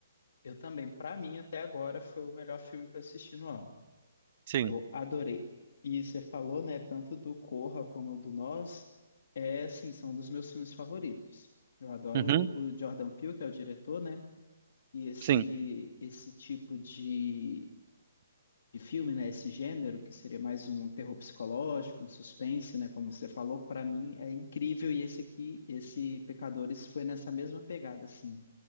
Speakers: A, on the left; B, on the right.
A: Eu também. Pra mim, até agora, foi o melhor filme que eu assisti no ano.
B: Sim.
A: Eu adorei. E você falou, né, tanto do Corra como do Nós, é, assim, são dos meus filmes favoritos. Eu adoro
B: Uhum.
A: o, o Jordan Peele, que é o diretor, né? E esse,
B: Sim.
A: esse tipo de de filme, né? Esse gênero, que seria mais um terror psicológico, um suspense, né? Como você falou, pra mim é incrível. E esse aqui, esse Pecadores, foi nessa mesma pegada, assim.